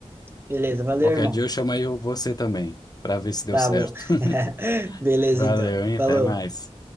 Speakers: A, on the right; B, on the left.
A: Beleza, valeu,
B: Qualquer
A: irmão.
B: dia eu chamo aí você também, pra ver se deu
A: Tá
B: certo.
A: bom.
B: <laughs>
A: <laughs> Beleza,
B: Valeu,
A: então.
B: hein? Até
A: Falou.
B: mais.